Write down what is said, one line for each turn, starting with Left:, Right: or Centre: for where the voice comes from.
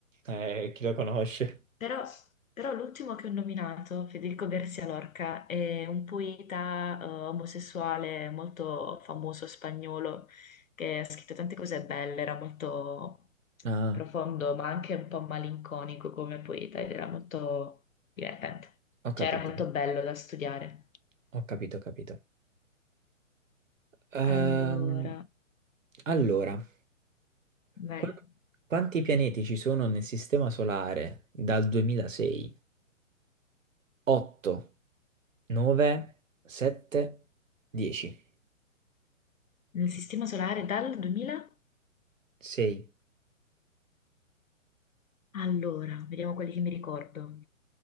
Right: Eh, chi lo conosce?
Left: Però, però l'ultimo che ho nominato, Federico García Lorca, è un poeta eh, omosessuale molto famoso spagnolo che ha scritto tante cose belle, era molto
Right: Ah,
Left: profondo, ma anche un po' malinconico come poeta ed era molto divertente.
Right: ho
Left: Cioè
Right: capito,
Left: era molto bello da studiare.
Right: ho capito, ho capito. Ehm,
Left: Allora,
Right: allora,
Left: beh,
Right: qu- quanti pianeti ci sono nel Sistema Solare dal 2006? 8, 9, 7, 10.
Left: nel Sistema Solare dal 2000?
Right: 6.
Left: Allora, vediamo quelli che mi ricordo.